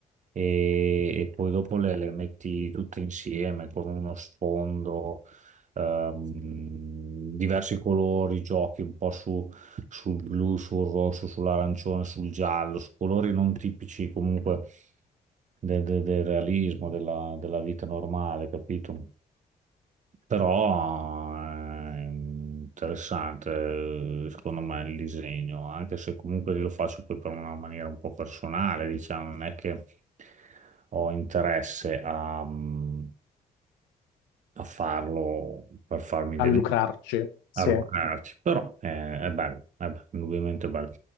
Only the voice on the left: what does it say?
A
lucrarci, sì.